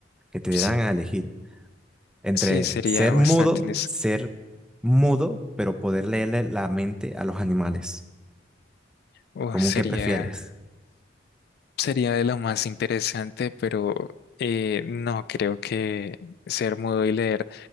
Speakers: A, in the centre; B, on the left (about 60°).
A: que te
B: Sí,
A: dieran a elegir entre
B: sí, sería
A: ser
B: bastante,
A: mudo,
B: ines-
A: ser mudo, pero poder leerle la mente a los animales.
B: oh,
A: ¿Cómo
B: sería,
A: que prefieres?
B: sería de lo más interesante, pero eh, no creo que ser mudo y leer